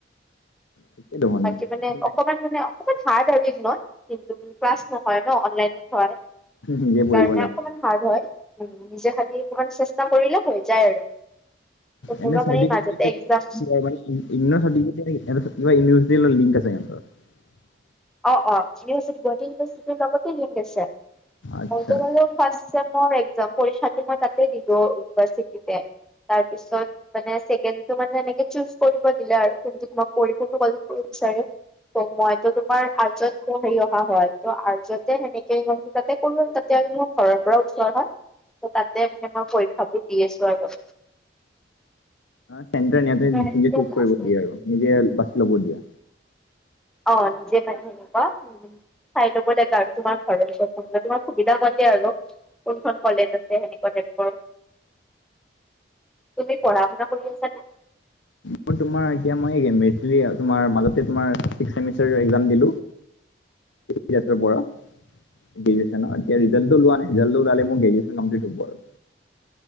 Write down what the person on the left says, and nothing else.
ঠিকে দেখোন
তুমি
নিজে পঢ়িব লাগে।
এনে চাৰ্টিফিকেট
মানে ই <unintelligible> লিংক আছে সিহঁতৰ।
আচ্ছা
চোৰ নিজে
চুজ
কৰিব দিয়ে আৰু নিজে বাছি ল'ব দিয়ে।
আৰু
মোৰ তোমাৰ এতিয়া মই মাজতে তোমাৰ ছিক্স ছেমিষ্টাৰ একজাম দিলোঁ।
গ্ৰেজুৱেচনৰ এতিয়া ৰিজাল্টটো ওলোৱা নাই ৰিজাল্ট টো ওলালে গ্ৰেজুৱেচন কমপ্লিট হব আৰু।